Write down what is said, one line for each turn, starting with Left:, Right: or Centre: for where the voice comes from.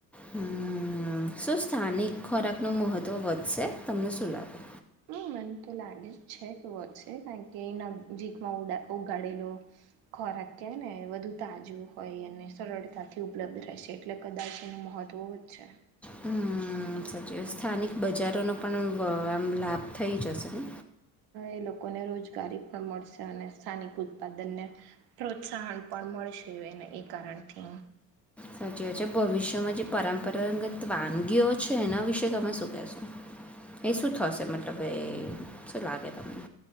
Centre: હમ શું સ્થાનિક ખોરાક નું મહત્વ વધશે તમને શું લાગે
Right: હમ મને તો લાગે જ છે કેવો છે કારણ કે એના જીકમાં ઉગાડેલો ખોરાક ક નેુ તાજું હોય અને સરળતાથી ઉપલબ્ધ રહેશે એટલે કદાચ એનું મહત્વ વધશે
Centre: હમ સાચી સ્થાનિક બજારોનો પણ આમ લાભ થઇ જશે ને
Right: એ લોકોને રોજગારી પણ મળશે અને સ્થાનિક ઉત્પાદનને પ્રોત્સાહન પણ મળશે એને એ કારણથી
Centre: સાચી વાત છે ભવિષ્યમાં જે પરંપરાગત વાનગીઓ છે એના વિશે તમે શું કહેશો એ શું થશે મતલબ એ શું લાગે તમને